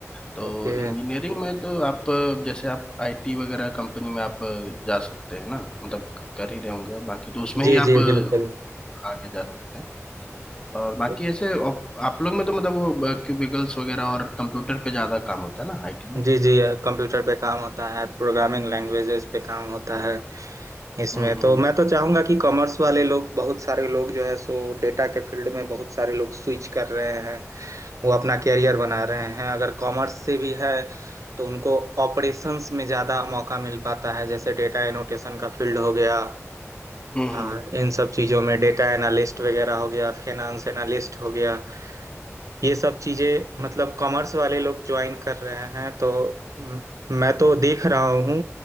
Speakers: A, on the left; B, on the right.
A: तो
B: ओके
A: इंजीनियरिंग में तो आप अ, जैसे आप आईटी वगैरह कंपनी में आप अ, जा सकते हैं ना मतलब कर ही रहे होंगे बाकी तो उसमें
B: जी
A: ही
B: जी
A: आप अ,
B: बिल्कुल
A: आगे जा सकते हैं और बाकी
B: तो-
A: ऐसे आप आप लोग में तो मतलब वो क्यूबिकल्स वगैरह और कंप्यूटर पे ज़्यादा काम होता है ना आईटी में
B: जी जी कंप्यूटर पे काम होता है प्रोग्रामिंग लैंग्वेजेस पे काम होता है इसमें
A: हम्म
B: तो मैं तो चाहूंगा कि कॉमर्स वाले लोग बहुत सारे लोग जो है सो डेटा के फील्ड में बहुत सारे लोग स्विच कर रहे हैं वो अपना कैरियर बना रहे हैं अगर कॉमर्स से भी है तो उनको ऑपरेशंस में ज़्यादा मौका मिल पाता है जैसे डेटा एनोटेशन का फील्ड हो गया
A: हम्म
B: हाँ
A: हम्म
B: इन सब चीज़ों में डेटा एनालिस्ट वगैरह हो गया फाइनेंस एनालिस्ट हो गया ये सब चीज़ें मतलब कॉमर्स वाले लोग ज्वाइन कर रहे हैं तो म- मैं तो देख रहा हूँ